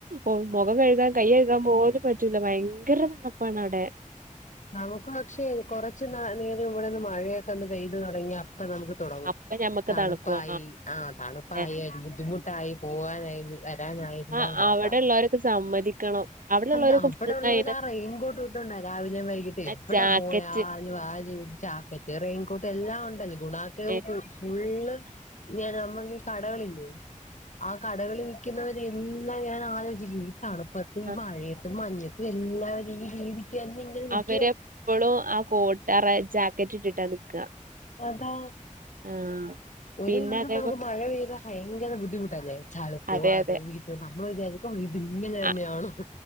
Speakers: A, on the right; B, on the left.
A: ഓഹ് മുഖം കഴുകാൻ കൈ കഴുകാൻ പോലും പറ്റൂല ഭയങ്കര തണ്പ്പാണ് ഔടെ
B: നമുക്ക് പക്ഷേ കൊറച്ച് നാ നേരം ഇവിടെന്ന് മഴയൊക്കെന്ന് പെയ്തു തുടങ്ങിയാ അപ്പ് പ്പൊ നമുക്ക് തൊടങ്ങും
A: അപ്പൊ ഞമ്മക്ക്
B: തണുപ്പായി
A: തണുക്കും
B: ആ തണുപ്പായി
A: അതെ.
B: ബുദ്ധിമുട്ടായി പോവാനായി വരാനായി എല്ലാം
A: ആ
B: കണക്കാ
A: അവിടെ ഉള്ളവരൊക്കെ സമ്മതിക്കണം അവിടെ
B: എന്താ
A: ഉള്ളവരൊക്കെ ഫുൾ
B: ഇവിടെള്ളോര്
A: അയിന്
B: ആ റെയിൻകോട്ട് ഇട്ടൊണ്ടാ രാവിലെം വൈകിട്ടെ
A: ആ
B: എവടെ
A: ജാക്കറ്റ്
B: പോയാലും ആ ജിൻ ചാക്കറ്റ് റെയിൻകോട്ട് എല്ലാം ഉണ്ടൽ ഗുണാകേവ്
A: ഏ,
B: ഫു ഫുള്ള് ഫുള്ള് ഞാനമ്മക്കീ കടകളില്ലേ ആ കടകളിൽ ക്കുന്നവരെ എല്ലാം ഞാൻ ആലോചിക്കും ഈ തണുപ്പത്തും ഈമഴയത്തും
A: ആ
B: മഞ്ഞത്തും എല്ലാരും ഈ രീതിക്കെന്നെ ഇങ്ങനെ നിക്
A: ഇവരെപ്പളും ആ കോട്ട് ആ റാ ജാക്കറ്റ്ട്ടിട്ടാ നിക്കാ
B: അതാ
A: ആഹ്
B: ഒരു
A: പിന്നെ
B: ദിവസം
A: അതേപോലെ
B: നമുക്ക് മഴ പെയ്താ ഭയങ്കര ബുദ്ധിമു ല്ലെ ചളുപ്പും
A: അതെ
B: അതും
A: അതെ
B: ഇതും നമ്മള് വിചാരിക്കും ഇത് ഇങ്ങനെന്നെയാണോ
A: അ